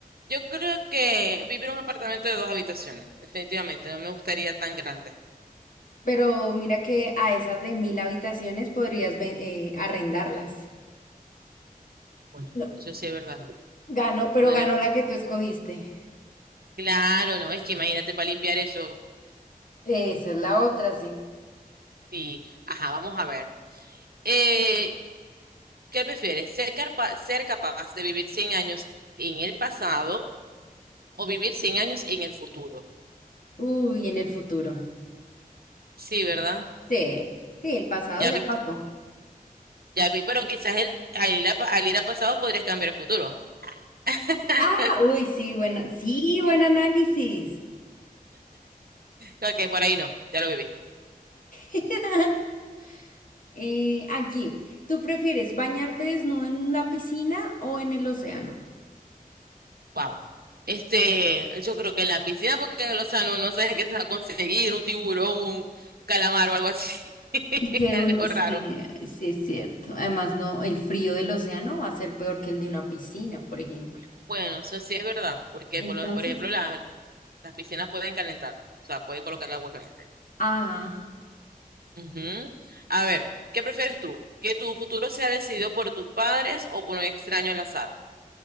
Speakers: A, on the right (about 85°); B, on the left (about 60°).
A: Yo creo que vivir en un apartamento de dos habitaciones, definitivamente, no me gustaría tan grande.
B: Pero mira que a esas de mil habitaciones podrías ven- eh, arrendarlas.
A: Bueno,
B: No,
A: eso sí es verdad.
B: ganó, pero
A: Podría...
B: ganó
A: me-
B: la que tú escogiste.
A: Claro, no, es que imagínate para limpiar eso.
B: Esa es la otra, sí.
A: Sí, ajá, vamos a ver. Eh, ¿Qué prefieres? ¿Ser capa- ser capaz de vivir 100 años en el pasado o vivir 100 años en el futuro?
B: Uy, en el futuro.
A: Sí, ¿verdad?
B: Sí, sí, el pasado
A: Ya
B: ya
A: viste,
B: pasó.
A: ya vi, pero quizás el, al ir a, pa- al ir a pasado podrías cambiar el futuro. <laughs>
B: Ah, uy, sí, bueno, sí, buen análisis.
A: Ok, por ahí no, ya lo viví.
B: <laughs> Eh, aquí, ¿tú prefieres bañarte desnudo en la piscina o en el océano?
A: Wow. Este, yo creo que en la piscina, porque en el océano no sabes qué se va a conseguir, un tiburón, un calamar o algo así. <laughs>
B: Y que
A: Algo
B: uno, sí,
A: raro.
B: sí es cierto. Además, no, el frío del océano va a ser peor que el de una piscina, por ejemplo.
A: Bueno, eso sí es verdad, porque
B: Entonces,
A: por, lo- por ejemplo la- las piscinas pueden calentar, o sea, pueden colocar el agua caliente.
B: ah,
A: Ujú. A ver, ¿qué prefieres tú? ¿Que tu futuro sea decidido por tus padres o por un extraño al azar?